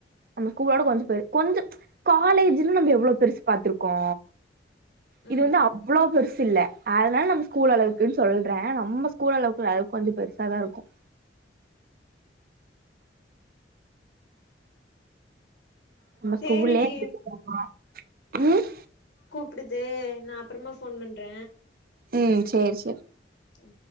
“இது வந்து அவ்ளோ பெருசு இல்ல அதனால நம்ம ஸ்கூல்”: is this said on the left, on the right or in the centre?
Right